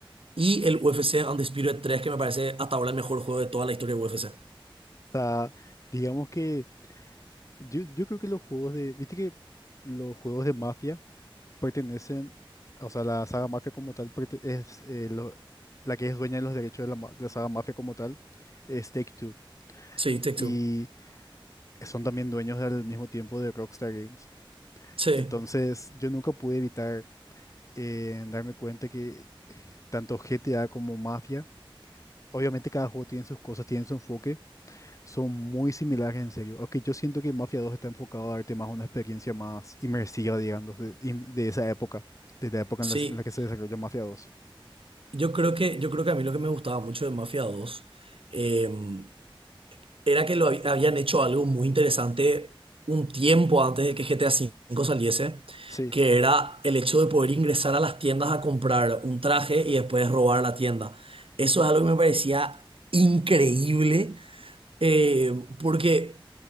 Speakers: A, on the right; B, on the left.
A: Y el UFC Undisputed tres que me parece hasta ahora el mejor juego de toda la historia de UFC.
B: o sea, digamos que... Yo, yo creo que los juegos de, viste que los juegos de Mafia pertenecen, o sea, la saga Mafia como tal perte- es eh, lo- la que es dueña de los derechos de la, ma- de la saga Mafia como tal, es Take-Two.
A: Sí, Take-Two.
B: Y son también dueños al mismo tiempo de Rockstar Games.
A: Sí,
B: Entonces, yo nunca pude evitar eh, darme cuenta que tanto GTA como Mafia, obviamente cada juego tiene sus cosas, tiene su enfoque, Son muy similares, en serio. Aunque yo siento que Mafia 2 está enfocado a darte más una experiencia más inmersiva, digamos, de, im- de esa época, de la época
A: sí.
B: en la, en la que se desarrolló Mafia 2.
A: Yo creo que, yo creo que a mí lo que me gustaba mucho de Mafia dos em, era que lo hab- habían hecho algo muy interesante un tiempo antes de que GTA V saliese,
B: Sí,
A: que era el hecho de poder ingresar a las tiendas a comprar un traje y después robar la tienda. Eso es algo que me parecía increíble eh, porque,